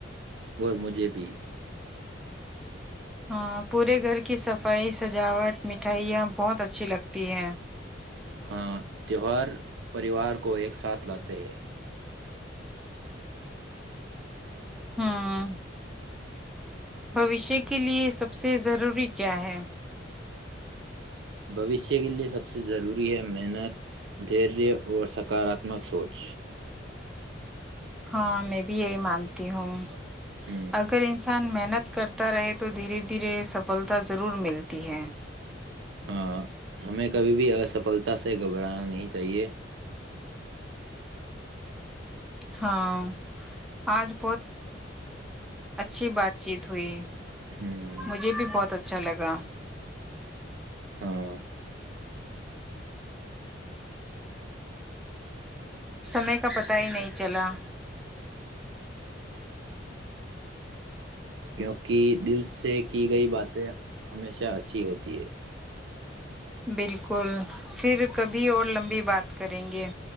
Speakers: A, on the right (about 75°); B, in the centre.
A: اور مجھے بھی
B: ہاں پورے گھر کی صفائی سجاوٹ مٹھائیاں بہت اچھی لگتی ہیں
A: ہاں تہوار پریوار کو ایک ساتھ لاتے ہیں
B: ہاں بوشیہ کے لیے سب سے ضروری کیا ہے
A: بوشیہ کے لئے سب سے ضروری ہے محنت دھیریہ اور سکاراتمک سوچ
B: ہاں میں بھی یہی مانتی ہوں
A: ہ
B: اگر انسان محنت کرتا رہے تو دھیرے دھیرے سفلتا ضرور ملتی ہے
A: ہاں ہمیں کبھی بھی اف سفلتا سے گھبرانا نہیں چاہیے
B: ہاں آج بہت اچھی بات چیت ہوئی
A: ہ
B: مجھے بھی بہت اچھا لگا
A: ہاں
B: سمے کا پتہ ہی نہیں چلا
A: کیونکہ دل سے کی گئی باتیں ہمیشہ اچھی ہوتی ہے
B: بالکل پھر کبھی اور لمبی بات کریں گے